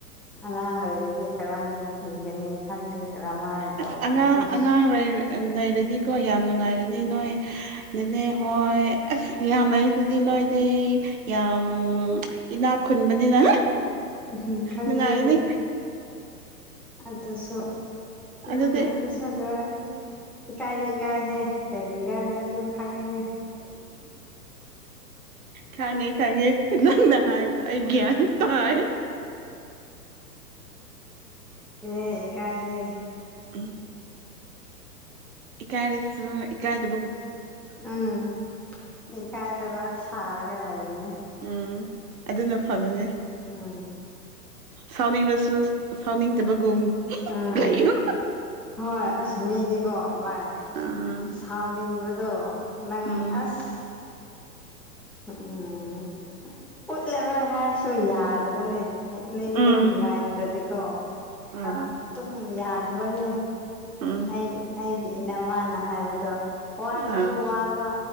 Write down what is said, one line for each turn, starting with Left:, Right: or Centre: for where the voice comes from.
Centre: ꯑꯉꯥꯡ ꯂꯩꯔꯗꯤ ꯀꯔꯝ ꯍꯤꯡꯒꯅꯤ ꯈꯪꯗꯦ ꯀꯔꯝꯃꯥꯏꯅ
Right: ꯑꯁ
Centre: ꯇꯧꯒꯅꯤ
Right: ꯑꯉꯥꯡ
Centre: ꯑꯩ
Right: ꯑꯉꯥꯡ ꯂꯩ ꯂꯩꯔꯗꯤꯀꯣ ꯌꯥꯝ ꯅꯨꯡꯉꯥꯏꯔꯅꯤ ꯅꯣꯏ ꯅꯅꯦ ꯍꯣꯏ ꯑꯁ ꯌꯥꯝ ꯂꯩ ꯁꯤꯗꯤ ꯅꯣꯏ ꯅꯣꯏꯗꯤ ꯌꯥꯝ ꯏꯅꯥꯛ ꯈꯨꯟꯕꯅꯤꯅ
Centre: ꯎꯝ ꯈꯪꯗꯦ
Right: ꯅꯨꯡꯉꯥꯏꯅꯦ
Centre: ꯑꯗꯨꯁꯨ ꯎꯝ
Right: ꯑꯗꯨꯗꯤ
Centre: ꯑꯗꯨꯁꯨ ꯑꯗꯨ ꯑꯗꯨ ꯏꯀꯥꯏꯗꯤ ꯏꯀꯥꯏꯍꯦ ꯀꯔꯤꯔ ꯅꯪꯁꯨ ꯈꯉꯅꯤ
Right: ꯈꯪꯉꯦ ꯈꯪꯉꯦ ꯅꯪꯅ ꯍꯥꯏꯕꯗ ꯑꯩ ꯒ꯭ꯌꯥꯟ ꯇꯥꯏ
Centre: ꯑꯦ ꯀꯥꯏ ꯍꯦ
Right: ꯎꯝ ꯏꯀꯥꯏꯔꯁꯨ ꯏ ꯀꯥꯏꯗ
Centre: ꯎꯝ ꯏꯀꯥꯏꯗꯕ ꯁꯥꯔꯒ ꯂꯩꯕꯅꯦ
Right: ꯎꯝ ꯑꯗꯨꯅ ꯐꯕꯅꯤ
Centre: ꯎꯝ
Right: ꯁꯥꯎꯅꯤꯡꯔꯁꯨ ꯁꯥꯎꯅꯤꯡꯗꯕꯒꯨꯝ
Centre: ꯑꯝ
Right: ꯂꯩꯌꯨ
Centre: ꯍꯣꯏ ꯑꯁꯃꯤꯗꯤꯀꯣ ꯚꯥꯏ
Right: ꯎꯝ
Centre: ꯁꯥꯎꯅꯤꯡ ꯑꯣ ꯅꯪ
Right: ꯎꯝ
Centre: ꯑꯁ ꯎꯝ ꯎꯠꯂꯔꯣꯏ ꯍꯥꯏꯔꯁꯨ ꯌꯥꯗꯕꯅꯦ ꯄꯨꯛꯅꯤꯡꯗ
Right: ꯎꯝ
Centre: ꯅꯨꯡꯉꯥꯏꯇ꯭ꯔꯗꯤꯀꯣ
Right: ꯑꯥ
Centre: ꯑꯗꯨꯝ ꯌꯥꯗꯕꯅꯤ
Right: ꯎꯝ
Centre: ꯑꯩ ꯑꯩꯒꯤ ꯏꯅꯃꯥꯅ ꯍꯥꯏꯕꯗꯣ ꯋꯥꯔꯁꯨ
Right: ꯑꯥ
Centre: ꯋꯥꯕ